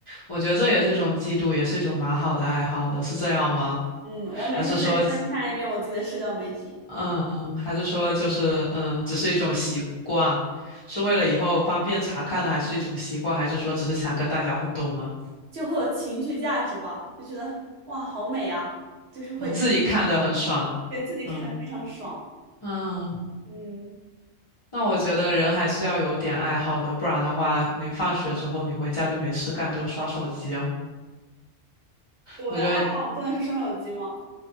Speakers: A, on the left; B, on the right.
A: 我觉得这也是一种记录，也是一种蛮好的爱好的，是这样吗？
B: 嗯，我每天得翻看一遍我自己的社交媒体，
A: 还是说嗯，还是说就是嗯，只是一种习惯，是为了以后方便查看的，还是一种习惯，还是说只是想跟大家互动呢？
B: 就会有情绪价值吧，就觉得哇，好美啊，就是会
A: 嗯，自己看的很爽，
B: 给自己看的非常爽。
A: 嗯嗯，
B: 嗯，
A: 那我觉得人还是要有点爱好的，不然的话，你放学之后你回家就没事干，就刷手机啊。
B: 我的爱好不能是刷手机吗？
A: 我觉得